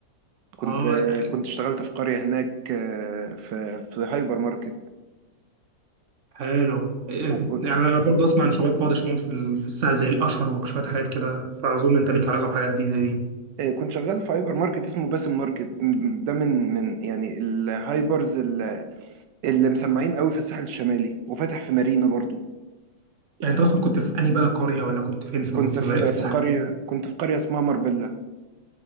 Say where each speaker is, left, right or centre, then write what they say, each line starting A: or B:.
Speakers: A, on the right; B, on the right.
A: كنت
B: اه
A: كنت اشتغلت في قريه هناك آه، في في هايبر ماركت
B: حلو يعني
A: وكنت
B: انا برضه اسمع عن شويه بعض الشغلات في ال- في الساعه زي الاشهر وشويه حاجات كده فاظن انت ليك علاقه بحاجات دي زي دي
A: كنت شغال في هايبر ماركت اسمه باسم ماركت ده من من يعني الهايبرز اللي مسمعين قوي في الساحل الشمالي وفاتح في مارينا برضو
B: يعني انت اصلا كنت في انهي بقى قريه ولا كنت فين في
A: كنت
B: في,
A: في
B: في الساعه
A: في قرية كنت في قرية اسمها ماربيلا